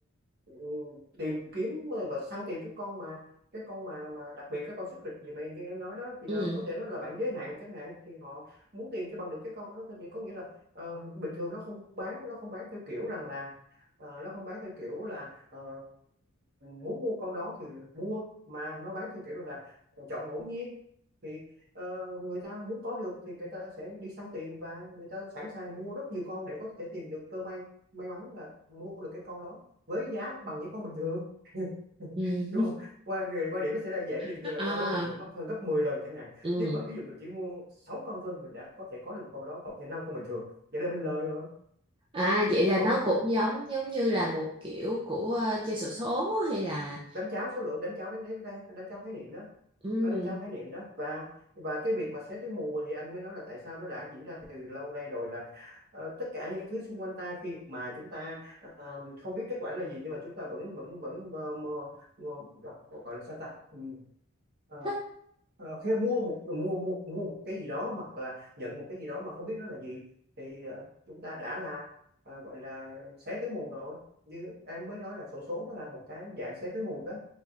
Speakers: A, on the right; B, on the right.
A: ừ, tìm kiếm và săn tìm cái con mà cái con mà mà đặc biệt cái con secret gì mà như em nói đó thì
B: Ừ.
A: là có thể đó là bạn giới hạn chẳng hạn thì họ muốn tìm cho bằng được cái con đó thôi. thì có nghĩa là Ờ, bình thường nó không bán nó không bán theo kiểu rằng là ờ, nó không bán theo kiểu là ờ, muốn mua con đó thì mua mà nó bán theo kiểu là ờ, chọn ngẫu nhiên thì ờ, người ta muốn có được thì người ta sẽ đi săn tiền và người ta sẵn sàng mua rất nhiều con để có thể tìm được cơ may may mắn là mua được cái con đó với giá bằng những con bình thường <laughs>
B: Ừ.
A: đúng không quan điểm quan điểm nó sẽ là vậy ví dụ
B: <laughs>
A: như là
B: À.
A: con đó bình thường mắc hơn gấp 10 lần chẳng hạn
B: Ừ.
A: nhưng mà ví dụ mình chỉ mua 6 con thôi mình đã có thể có được một con đó cộng thêm 5 con bình thường vậy là mình lời rồi
B: À vậy là
A: đúng
B: nó
A: không
B: cũng giống giống như là một kiểu của ờ, chơi xổ số hay là
A: đánh cháo số lượng đánh cháo đánh đánh đánh cháo khái niệm đó
B: ừ.
A: nó đánh tráo khái niệm đó và và cái việc mà xế túi mù thì anh mới nói là tại sao nó đã diễn ra từ lâu nay rồi là ờ, tất cả những thứ xung quanh ta khi mà chúng ta ờ, không biết kết quả là gì nhưng mà chúng ta vẫn vẫn vẫn mơ, mơ, mơ gọi là sao ta ừ. Ờ,
B: thích
A: ờ, khi mua một mua mua mua một cái gì đó hoặc là nhận một cái gì đó mà không biết nó là gì thì ờ, chúng ta đã là ờ, gọi là xé túi mù rồi như em mới nói là xổ số nó là một cái dạng xé túi mù đó